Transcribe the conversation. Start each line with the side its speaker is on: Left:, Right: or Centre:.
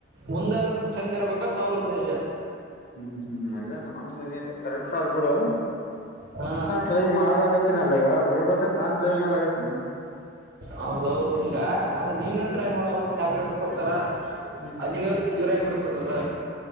Right: ಮುಂದಾದ್ರರುನು ಚಂದ ಇರ್ಬೇಕಂತ ಅವ್ರ ಉದ್ದೇಶ.
Left: ಹ್ಮ್ ಹ್ಮ್ ಎಲ್ಲ ನಾವ ಕರೆಕ್ಟ್ ಅದ ಬಿಡು.
Right: ಹಾ
Left: ಟ್ರೈ ಮಾಡ್ಲಾತ್ತಿನಿ ಅಲ್ಲ ಈಗ ಬಿಡ್ಬೇಕ ನಾನನ್ ಟ್ರೈ ಮಾಡ್ಲಾತ್ತಿನಿ
Right: ಹೌದೌದು ಈಗ ಅದ ನೀನು ಟ್ರೈ ಮಾಡ ಅವರು ಟ್ಯಾಬ್ಲೆಟ್ಸ್ ಕೊಡ್ತಾರಾ
Left: ಹ್ಮ್
Right: ಅಲ್ಲಿಗೆ ಅವ್ರಿಗೆ ಜೀರ ಆಾಗಿಿ ಬಿಡ್ತದ ಅದ